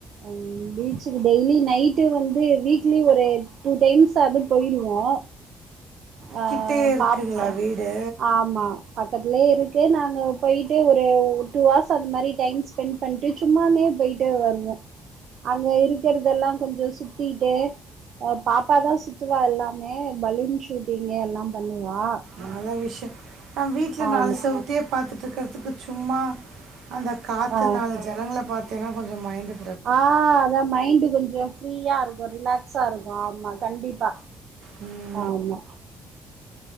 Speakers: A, on the right; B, on the right.
A: ஆ பீச் பீச்க்கு டெய்லி நைட்டு வந்து வீக்லி ஒரு டு டைம்ஸ்வது போயிடுவோ ஆ
B: கிட்டே இருக்குங்களா
A: பாப்ப
B: வீடு
A: ஆமா பக்கத்துலயே இருக்கு நாங்க போயிட்டு ஒரு டூ அவர்ஸ் அந்த மாதிரி டைம் ஸ்பெண்ட் பண்ணிட்டு சும்மானே போயிட்டு வருவோ அங்க இருக்கறதெல்லா கொஞ்ச சுத்திட்டு பாப்பாதா சுத்துவா எல்லாமே பலூன் ஷூட்டிங்க எல்லா பண்ணுவா
B: நல்ல விஷய அ வீட்டில்
A: ஆமா
B: நாலு செவுத்தையே பார்த்துட்டுருக்கிறதுக்கு சும்மா அந்த காத்து
A: ஆ
B: நாலு ஜனங்கள பார்த்தீங்கன்னா கொஞ்ச மைண்ட
A: ஆ அதா மைண்டு கொஞ்ச ஃப்ரீயா இருக்கும் ரிலாக்ஸா இருக்கும் ஆமா கண்டிப்பா
B: ம்
A: ஆமா